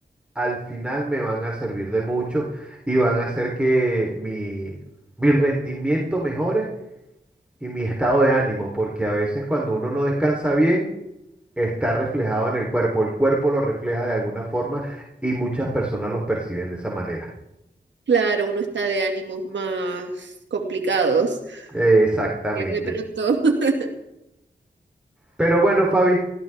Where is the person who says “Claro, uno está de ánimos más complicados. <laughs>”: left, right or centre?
Right